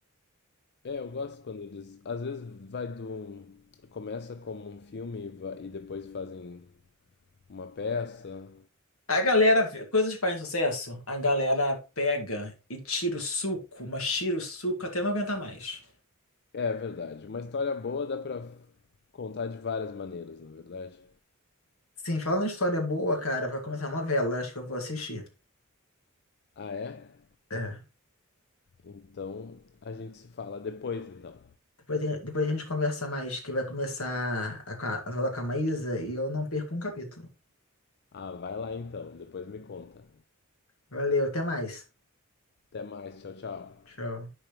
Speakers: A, on the left; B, on the left.
A: É, eu gosto quando eles... Às vezes vai do... Começa como um filme e va- e depois fazem uma peça.
B: A galera, vê- coisas que fazem sucesso, a galera pega e tira o suco, mas tira o suco até não aguentar mais.
A: É, é verdade. Uma história boa dá pra contar de várias maneiras, na verdade.
B: Sim, falando em história boa, cara, vai começar a novela, acho que eu vou assistir.
A: Ah, é?
B: É.
A: Então a gente se fala depois, então.
B: Depois, tem- depois a gente conversa mais, que vai começar a, ca- a novela com a Maísa e eu não perco um capítulo.
A: Ah, vai lá então. Depois me conta.
B: Valeu, até mais.
A: Até mais. Tchau, tchau.
B: Tchau.